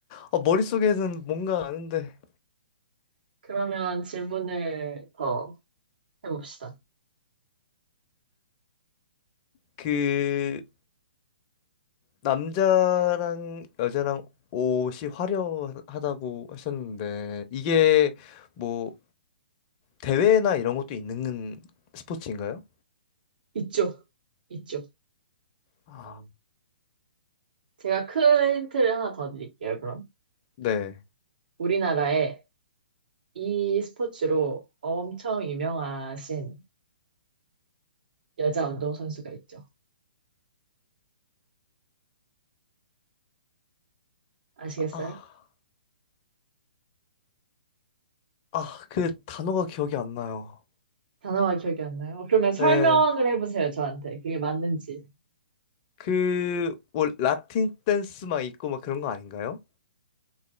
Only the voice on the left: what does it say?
어, 머릿속에는 뭔가 아는데
그 남자랑 여자랑 옷이 화려하다고 하셨는데 이게 뭐 대회나 이런 것도 있는 스포츠인가요?
아,
네.
아, 아, 그 단어가 기억이 안 나요.
네
그 뭐 라틴 댄스 막 있고 막 그런 거 아닌가요?